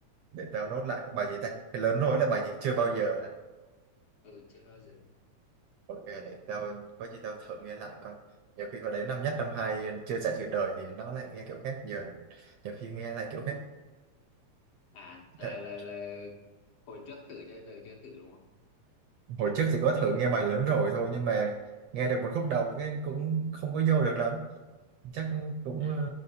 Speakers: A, on the right; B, on the left.
A: để tao nốt lại bài gì ta cái lớn rối là bài gì chưa bao giờ hả
B: ừ chưa bao giờ
A: ok để tao có gì tao thử nghe lại coi nhiều khi hồi đấy năm nhất năm hai chưa trải sự đời thì nó lại nghe kiểu khác giờ nhiều khi nghe lại kiểu khác
B: à là
A: Thật-
B: là là hồi trước thử cho giờ chưa thử đúng không
A: hồi trước thì có thử nghe bài lớn rồi thôi nhưng mà nghe được một khúc đầu cái cũng không có vô được lắm chắc cũng
B: à